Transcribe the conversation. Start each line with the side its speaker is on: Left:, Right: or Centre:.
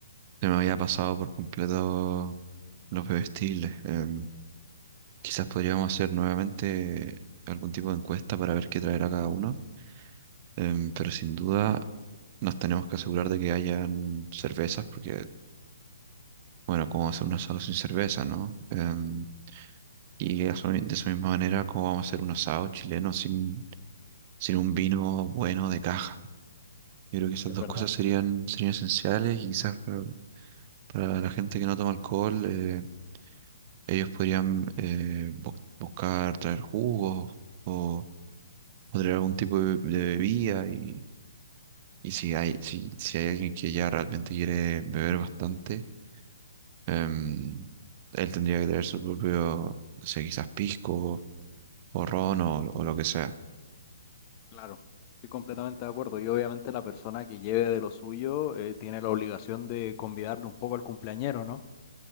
Right: Se me había pasado por completo los bebestibles. Em, quizás podríamos hacer nuevamente algún tipo de encuesta para ver qué traerá cada uno. Em, pero sin duda nos tenemos que asegurar de que hayan cervezas, porque Bueno, cómo hacer un asado sin cerveza, ¿no? Em, y eso mi- de esa misma manera, cómo vamos a hacer un asado chileno sin, sin un vino bueno de caja. Yo creo que esas
Left: Es
Right: dos
Left: verdad.
Right: cosas serían, serían esenciales y quizás para, para la gente que no toma alcohol, eh, ellos podrían eh, bu- buscar traer jugos o, o traer algún tipo de, de bebida y, y si hay, si, si hay alguien que ya realmente quiere beber bastante. Em, él tendría que tener su propio, no sé, quizás pisco o ron o, o lo que sea.
Left: Claro, estoy completamente de acuerdo. Y obviamente la persona que lleve de lo suyo eh, tiene la obligación de convidarle un poco al cumpleañero, ¿no?